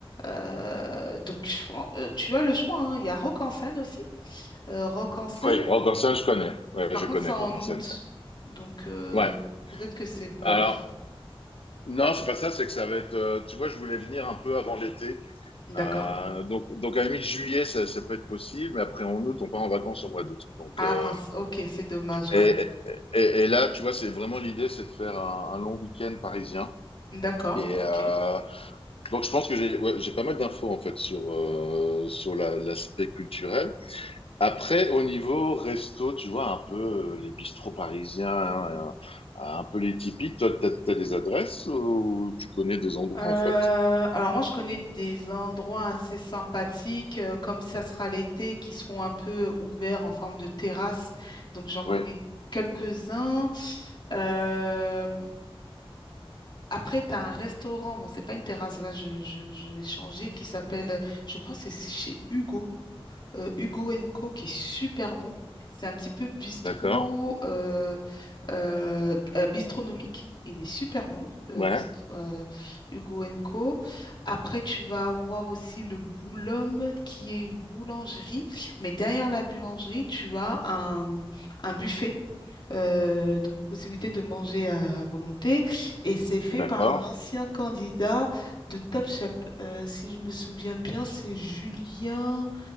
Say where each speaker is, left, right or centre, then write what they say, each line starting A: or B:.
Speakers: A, on the left (about 50°); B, on the left (about 70°).
A: Euh, donc fran- euh, tu as le choix, hein. Il y a Rock en scène aussi. Euh, Rock en scène.
B: Oui, Rock en scène, je connais. Ouais,
A: Par
B: je
A: contre,
B: connais
A: c'est en
B: Rock en
A: août,
B: scène.
A: donc euh,
B: Ouais.
A: peut-être que c'est bof.
B: Alors, non, c'est pas ça, c'est que ça va être. euh, tu vois, je voulais venir un peu avant l'été.
A: D'accord.
B: Euh, donc, donc, à la mi-juillet, ça, ça peut être possible, mais après, en août, on part en vacances au mois d'août. Donc,
A: Ah
B: euh,
A: mince, ok, c'est dommage, ouais.
B: et, et, et- et là, tu vois, c'est vraiment l'idée, c'est de faire un, un long week-end parisien.
A: D'accord,
B: Et
A: ok.
B: euh, donc, je pense que j'ai ouais, j'ai pas mal d'infos, en fait, sur, euh, sur la- l'aspect culturel. Après, au niveau resto, tu vois, un peu euh, les bistrots parisiens, hein, et un, un peu les typiques, toi, t'as, t'as des adresses ou tu connais des endroits,
A: Euh,
B: en fait?
A: alors moi, je connais des endroits assez sympathiques, euh, comme ça sera l'été, qui seront un peu ouverts en forme de terrasse. Donc j'en connais
B: Oui,
A: quelques-uns. Euh, après, tu as un restaurant, bon, c'est pas une terrasse, là, je, je, je vais changer, qui s'appelle, je crois que c'est chez Hugo. euh, Hugo Co qui est super bon. C'est un petit peu bistrot,
B: d'accord.
A: euh, euh, euh, bistronomique. Il est super bon, euh,
B: Ouais,
A: bist- euh, Hugo Co. Après, tu vas avoir aussi le Boulhomme, qui est une boulangerie. Mais derrière la boulangerie, tu as un, un buffet. euh, donc, possibilité de manger à volonté. Et c'est fait
B: d'accord.
A: par un ancien candidat de Top Chef. Euh, si je me souviens bien, c'est Julien.